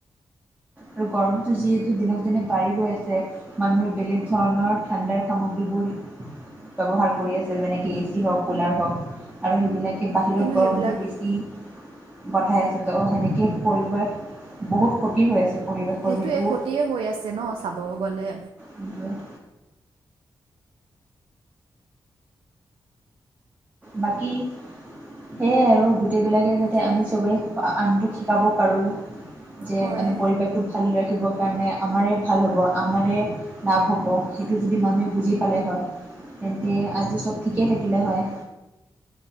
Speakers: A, on the right; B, on the right.
A: আৰু গৰমটো যিহেতু দিনক দিনে বাঢ়ি গৈ আছে। মানুহে বেলেগ ধৰণৰ ঠাণ্ডাৰ সামগ্ৰীবোৰ ব্যৱহাৰ কৰি আছে, যেনেকে এ চি হওক, কুলাৰ হওক। আৰু সেইবিলাকে বাহিৰত
B: কিন্তু
A: গৰমটো
B: সেইবিলাক
A: বেছি, পঠাই আছেটো সেনেকৈ পৰিৱেশৰ বহুত ক্ষতি হৈ আছে। পৰিৱেশৰ
B: সেইটোৱে
A: সেইটো
B: ক্ষতিয়ে হৈ আছে ন' চাব গ'লে।
A: উম। বাকী, সেয়াই আৰু গোটেইবিলাকে যাতে
B: দিয়ক
A: আমি চবেই আনটোক শিকাব পাৰো যে
B: হয়
A: মানে পৰিৱেশটো ভাল ৰাখিবৰ কাৰণে আমাৰে ভাল হ'ব, আমাৰে লাভ হ'ব, সেইটো যদি মানুহে বুজি পালে হয়, তেন্তে আজি চব ঠিকেই থাকিলে হয়।